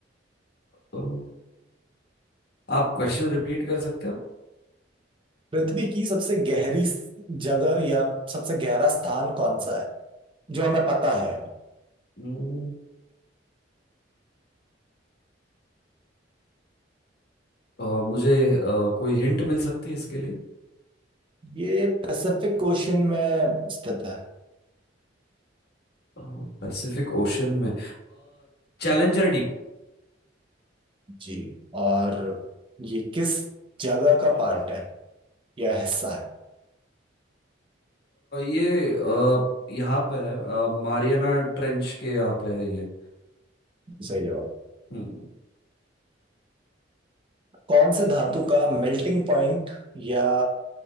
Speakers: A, on the left (about 60°); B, on the right (about 30°).
A: अ, आप क्वेश्चन रिपीट कर सकते हो
B: पृथ्वी की सबसे गहरी जगह या सबसे गहरा स्थान कौन सा है जो हमें पता है
A: हम्म, अ, मुझे अ, कोई हिंट मिल सकती है इसके लिए
B: ये पैसिफिक ओशन में स्थित है
A: पैसिफिक ओशन में चैलेंजर डीप
B: जी और ये किस जगह का पार्ट है या हिस्सा है
A: ये अ, यहाँ पे है अ, मारियाना ट्रेंच के यहाँ पे है ये
B: सही जवाब
A: हम्म
B: कौन से धातु का मेल्टिंग पॉइंट या